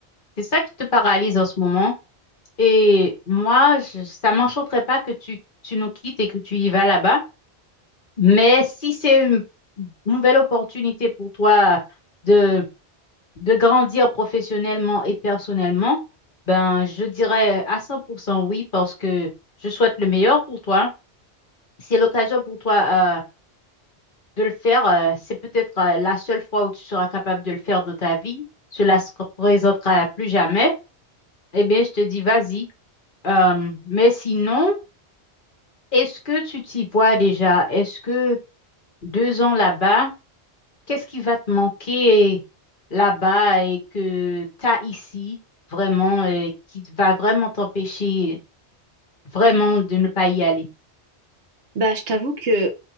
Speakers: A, on the left; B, on the right.
A: c'est ça qui te paralyse en ce moment. Et moi, je, ça m'enchanterait pas que tu, tu nous quittes et que tu y vas là-bas. Mais si c'est une nouvelle opportunité pour toi de, de grandir professionnellement et personnellement, ben, je dirais à 100% oui parce que je souhaite le meilleur pour toi. si c'est l'occasion pour toi euh, de le faire. euh, c'est peut-être euh, la seule fois où tu seras capable de le faire de ta vie. Cela se représentera plus jamais. Eh bien, je te dis, vas-y. Euh, mais sinon, est-ce que tu t'y vois déjà? Est-ce que deux ans là-bas, qu'est-ce qui va te manquer là-bas et que tu as ici vraiment, et qui va vraiment t'empêcher vraiment de ne pas y aller?
B: Bah, je t'avoue que euh,